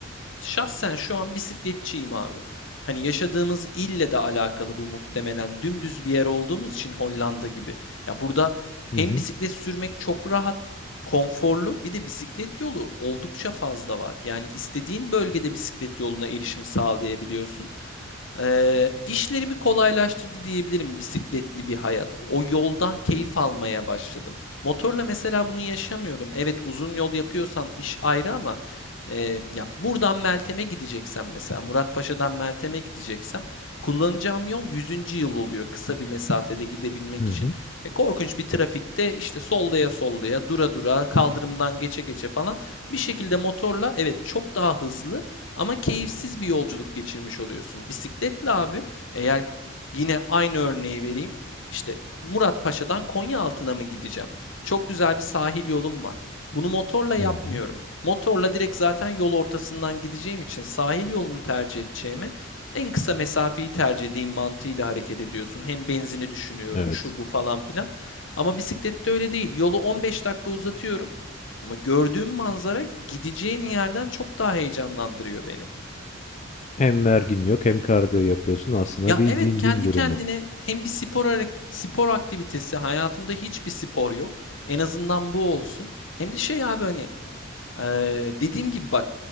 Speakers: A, on the left; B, on the left.
A: Şahsen şu an bisikletçiyim abi. Hani yaşadığımız ille de alakalı bu muhtemelen. Dümdüz bir yer olduğumuz için Hollanda gibi. Ya burada
B: Hı
A: hem
B: hı.
A: bisiklet sürmek çok rahat, konforlu, bir de bisiklet yolu oldukça fazla var. Yani istediğin bölgede bisiklet yoluna erişim sağlayabiliyorsun. Eee, işlerimi kolaylaştırdı diyebilirim bisikletli bir hayat. O yoldan keyif almaya başladım. Motorla mesela bunu yaşamıyordum. Evet uzun yol yapıyorsan iş ayrı ama eee, ya buradan Meltem'e gideceksem mesela Muratpaşa'dan Meltem'e gideceksem kullanacağım yol yüzüncü yıl oluyor kısa bir mesafede gidebilmek
B: Hı hı.
A: için. E, korkunç bir trafikte işte sollaya sollaya dura dura kaldırımdan geçe geçe falan bir şekilde motorla evet çok daha hızlı ama keyifsiz bir yolculuk geçirmiş oluyorsun. Bisikletle abi eğer yine aynı örneği vereyim. İşte Muratpaşa'dan Konyaaltı'na mı gideceğim? Çok güzel bir sahil yolum var. Bunu motorla yapmıyorum.
B: Hı hı.
A: Motorla direkt zaten yol ortasından gideceğim için sahil yolunu tercih edeceğimi en kısa mesafeyi tercih edeyim mantığıyla hareket ediyorsun. Hem benzini düşünüyorum,
B: Evet.
A: şu bu falan filan. Ama bisiklette öyle değil. Yolu 15 dakika uzatıyorum ama gördüğüm manzara gideceğim yerden çok daha heyecanlandırıyor beni.
B: Hem vergin yok hem kardiyo yapıyorsun. Aslında
A: Ya
B: bir
A: evet
B: win-win
A: kendi
B: durumu.
A: kendine hem bir spor hare- spor aktivitesi hayatımda hiçbir spor yok. En azından bu olsun. Hem de şey abi hani eee, dediğim gibi bak